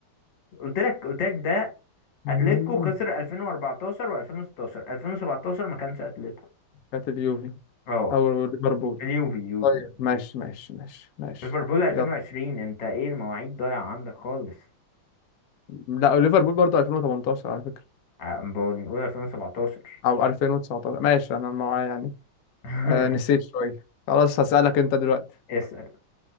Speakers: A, on the left (about 65°); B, on the left (about 85°).
A: قلت لك قلت لك ده
B: مم.
A: اتلتيكو خسر 2014 و2016 2017 ما كانش اتلتيكو
B: كانت اليوفي
A: اه
B: او ليفربول
A: اليوفي اليوفي
B: طيب ماشي ماشي ماشي ماشي
A: ليفربول 2020
B: يلا
A: انت ايه المواعيد ضايعة عندك خالص
B: لا ليفربول برضه 2018 على فكرة
A: ع- بنقول 2017
B: او 2019 ماشي انا معايا يعني
A: <laughs>
B: آه نسيت شويه خلاص هسألك انت دلوقتي
A: اسأل